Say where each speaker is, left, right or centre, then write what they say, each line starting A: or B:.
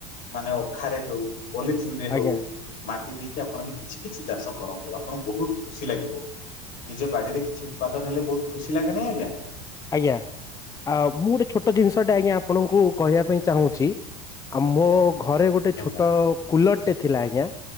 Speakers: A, on the left (about 50°); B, on the left (about 20°).
A: ମାନେ ଅଖାରେ ହେଉ ପଲିଥିନ ରେ ହେଉ
B: ଆଜ୍ଞା।
A: ମା ମାଟି ଦେଇକି ଆପଣ ବି କିଛି କିଛି ଚାଷ କରନ୍ତୁ। ଆପଣ ବହୁତ ଖୁସି ଲାଗିବ ନିଜ ବାଡିରେ କିଛି ଉତ୍ପାଦନ ହେଲେ ବହୁତ ଖୁସି ଖୁସି ଲାଗେନି ଆଜ୍ଞା।
B: ଆଜ୍ଞା ଆ ମୁଁ ଗୋଟେ ଛୋଟ ଜିନିଷ ଟା ଆଜ୍ଞା ଆପଣଙ୍କୁ କହିବା ପାଇଁ ଚାହୁଁଛି ଆମ ଘରେ ଗୋଟେ
A: ଆଜ୍ଞା
B: ଛୋଟ କୁଲର ଗୋଟେ ଥିଲା ଆଜ୍ଞା